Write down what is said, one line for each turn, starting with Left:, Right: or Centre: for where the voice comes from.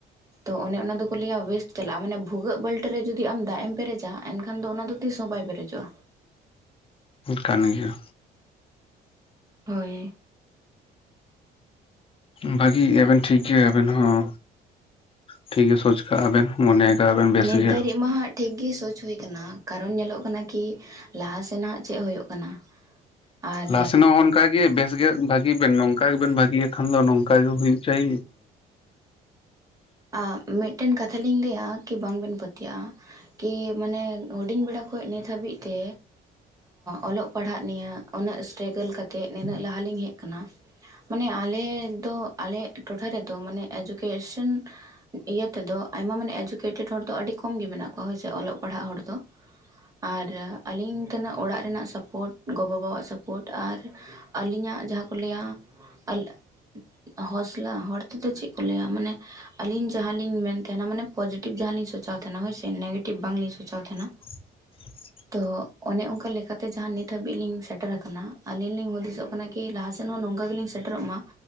Right: ᱛᱚ ᱚᱱᱮ ᱚᱱᱟ ᱫᱚᱠᱚ ᱞᱟᱹᱭᱟ ᱳᱭᱮᱥᱴ ᱪᱟᱞᱟᱜᱼᱟ ᱢᱟᱱᱮ ᱵᱷᱩᱜᱟᱹᱜ ᱵᱟᱹᱞᱴᱤ ᱨᱮ ᱡᱩᱫᱤ ᱟᱢ ᱫᱟᱜ ᱮᱢ ᱯᱮᱨᱮᱡᱟ ᱮᱱᱠᱷᱟᱱ ᱫᱚ ᱚᱱᱟᱫᱚ ᱛᱤᱥ ᱦᱚᱸ ᱵᱟᱭ ᱯᱮᱨᱮᱡᱚᱜᱼᱟ᱾
Left: ᱠᱟᱱᱟ ᱜᱮᱭᱟ᱾
Right: ᱦᱳᱭ᱾
Left: ᱵᱷᱟᱜᱤ ᱜᱮᱭᱟ ᱵᱮᱱ ᱴᱷᱤᱠ ᱜᱮᱭᱟ ᱵᱮᱱ ᱦᱚᱸ ᱴᱷᱤᱠ ᱜᱮ ᱥᱳᱪ᱾ ᱵᱮᱱ ᱢᱚᱱᱮᱭ ᱠᱟᱜᱼᱟ ᱵᱮᱱ ᱵᱮᱥ
Right: ᱱᱤᱛ
Left: ᱜᱮ᱾
Right: ᱫᱷᱟᱹᱨᱤᱡ ᱢᱟ ᱦᱟᱸᱜ ᱴᱷᱤᱠ ᱜᱮ ᱥᱳᱪ ᱦᱩᱭ ᱟᱠᱟᱱᱟ ᱠᱟᱨᱚᱱ ᱧᱮᱞᱚᱜ ᱠᱟᱱᱟ ᱠᱤ ᱞᱟᱦᱟ ᱥᱮᱱᱟᱜ ᱪᱮᱫ ᱦᱩᱭᱩᱜᱳᱜ ᱠᱟᱱᱟ᱾ ᱟᱨ
Left: ᱞᱥᱱᱟᱜ ᱦᱚᱸ᱾ ᱱᱚᱝᱠᱟ ᱜᱮ ᱵᱮᱥ ᱜᱮ ᱵᱷᱟᱜᱤ ᱵᱮᱱ ᱱᱚᱝᱠᱟ ᱜᱮᱵᱮᱱ ᱵᱷᱤ ᱜᱮ ᱠᱷᱟᱱ ᱫᱚ ᱱᱚᱝᱠᱟ ᱜᱮ ᱦᱩᱭᱩᱜ ᱪᱟᱭ᱾
Right: ᱟᱨ ᱢᱤᱫᱴᱮᱱ ᱠᱟᱛᱷᱟ ᱞᱤᱧ ᱞᱟᱹᱭᱟ ᱠᱤ ᱵᱟᱝ ᱵᱮᱱ ᱯᱟᱹᱛᱭᱟᱹᱜᱼᱟ᱾ ᱠᱤ ᱢᱟᱱᱮ ᱦᱩᱰᱤᱧ ᱵᱮᱲᱟ ᱠᱷᱚᱡ ᱱᱤᱛ ᱦᱟᱹᱵᱤᱡ ᱛᱮ᱾ ᱚᱞᱚᱜ ᱯᱟᱲᱦᱟᱜ ᱱᱤᱭᱮ ᱩᱱᱟᱹᱜ ᱥᱴᱨᱮᱟᱜᱞ ᱠᱟᱛᱜ ᱱᱤᱱᱟᱹᱜ ᱞᱟᱦᱟ ᱞᱤᱧ ᱦᱮᱡ ᱠᱟᱱᱟ᱾ ᱢᱟᱱᱮ ᱟᱞᱮ ᱫᱚ ᱟᱞᱮ ᱴᱚᱴᱷᱟ ᱨᱮᱫᱚ ᱢᱟᱱᱮ ᱮᱰᱩᱠᱮᱥᱚᱱ᱾ ᱤᱭᱟᱹ ᱛᱮᱫᱚ ᱟᱭᱢᱟ ᱢᱟᱱᱮ ᱮᱰᱩᱠᱮᱴᱮᱰ ᱦᱚᱲ ᱫᱚ ᱟᱹᱰᱤ ᱠᱚᱢ ᱜᱮ ᱢᱮᱱᱟᱜ ᱠᱚᱣᱟ ᱦᱳᱭᱥᱮ ᱚᱞᱚᱜ ᱯᱟᱲᱦᱟᱜ ᱦᱚᱲ ᱫᱚ᱾ ᱟᱨ ᱟᱹᱞᱤᱧ ᱛᱮᱱᱟᱜ ᱚᱲᱟᱜ ᱨᱮᱱᱟᱜ ᱥᱟᱯᱳᱴ ᱜᱚ ᱵᱟᱵᱟᱣᱟᱜ ᱥᱟᱯᱳᱴ ᱟᱨ᱾ ᱟᱹᱞᱤᱧᱟᱜ ᱡᱟᱦᱟᱸ ᱠᱚ ᱞᱟᱹᱭᱟ᱾ ᱚᱞᱚᱜ ᱦᱚᱥᱞᱟ ᱦᱚᱲ ᱛᱮᱫᱚ ᱪᱮᱫ ᱠᱚ ᱞᱟᱹᱭᱟ ᱢᱟᱱᱮ᱾ ᱟᱞᱤᱧ ᱡᱟᱦᱟᱞᱤᱧ ᱢᱮᱱ ᱛᱟᱦᱮᱱᱟ ᱢᱟᱱᱮ ᱯᱚᱡᱮᱴᱤᱵᱷ ᱡᱟᱦᱟᱞᱤᱧ ᱥᱚᱪᱟᱣ ᱛᱟᱦᱮᱱᱟ ᱦᱳᱭᱥᱮ ᱱᱮᱜᱮᱴᱤᱵᱽ ᱵᱟᱝᱞᱤᱧ ᱥᱚᱪᱟᱣ ᱛᱟᱦᱮᱱᱟ᱾
Left: <inaudible>
Right: ᱛᱚ ᱚᱱᱮ ᱚᱱᱠᱟ ᱞᱮᱠᱟᱛᱮ ᱡᱟᱦᱟᱸ ᱱᱤᱛ ᱦᱟᱹᱵᱤᱡ ᱞᱤᱧ ᱥᱮᱴᱮᱨ ᱟᱠᱟᱱᱟ ᱟᱹᱞᱤᱧ ᱞᱤᱧ ᱦᱩᱫᱤᱥᱚᱜ ᱠᱟᱱᱟ᱾ ᱠᱤ ᱞᱟᱦᱟ ᱥᱮᱱ ᱦᱚᱸ ᱱᱚᱝᱠᱟ ᱜᱮᱞᱤᱧ ᱥᱮᱴᱮᱨᱚᱜ ᱢᱟ